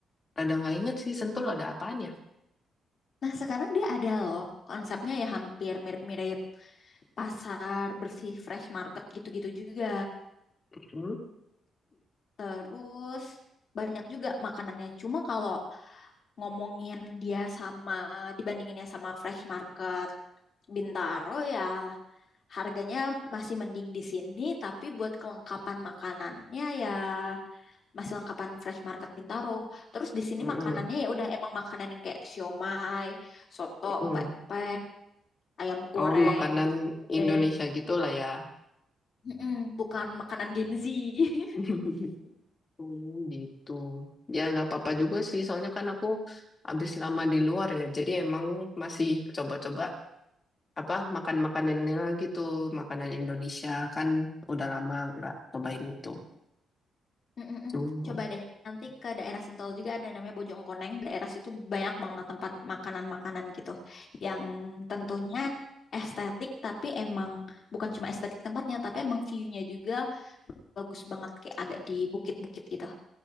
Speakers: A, on the left; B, on the left.
A: ada nggak inget sih Sentul ada apaan ya.
B: Nah sekarang dia ada loh konsepnya ya hampir mirip-mirip pasar bersih fresh market gitu-gitu juga.
A: Hmm.
B: Terus banyak juga makanannya. Cuma kalau ngomongin dia sama dibandinginnya sama Fresh Market Bintaro ya harganya masih mending di sini, tapi buat kelengkapan makanannya ya masih lengkapan Fresh Market Bintaro. Terus di sini
A: Mm-mm.
B: makanannya ya udah emang makanan yang kayak siomay, soto,
A: Mm-mm.
B: empek-empek, ayam goreng,
A: Oh, makanan
B: deng.
A: Indonesia gitu lah ya.
B: Mm-mm, bukan makanan Gen Z. <laughs>
A: <laughs> Hmm, gitu. Ya nggak apa-apa juga sih, soalnya kan aku habis lama di luar ya, jadi emang masih coba-coba apa makan-makanan ini lagi tuh, makanan Indonesia kan udah lama nggak cobain itu.
B: Mm-mm-mm.
A: Tuh.
B: Coba deh, nanti ke daerah Sentul juga ada namanya Bojongkoneng. Daerah situ banyak banget tempat makanan-makanan gitu. Yang tentunya estetik, tapi emang bukan cuma estetik tempatnya, tapi emang view-nya juga bagus banget. Kayak agak di bukit-bukit gitu.